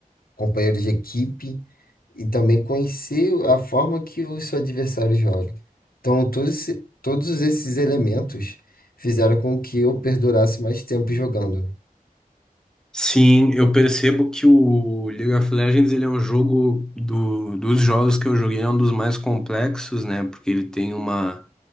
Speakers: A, on the left (about 80°); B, in the centre.
A: companheiro de equipe e também conhecer a forma que o seu adversário joga. Então, todos, esse- todos esses elementos fizeram com que eu perdurasse mais tempo jogando. né?
B: Sim, eu percebo que o League of Legends ele é um jogo do, dos jogos que eu joguei, é um dos mais complexos, né? Porque ele tem uma,